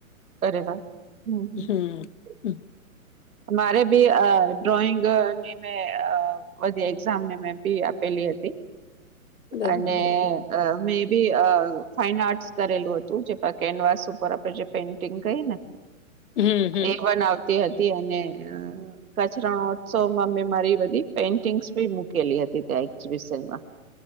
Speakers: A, on the right; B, on the left.
A: અરે વાહ હમ હ
B: હમ હમ,
A: મારે બી અ ડ્રોઈંગની મેં અ બધી એક્ઝામ ને મેં ભી આપેલી હતી
B: બરાબર
A: અને અ મે બી અ ફાઈન આર્ટસ કરેલું હતું જે પ કેનવાસ ઉપર આપણે જે પેઇન્ટિંગ કઈ ને
B: હમ હમ
A: એક વન આવતી હતી અને કચ્છ રણોત્સવમાં મેં મારી બધી પેઇન્ટિંગ્સ ભી મુકેલી હતી ત્યાં એક્ઝિબિશનમાં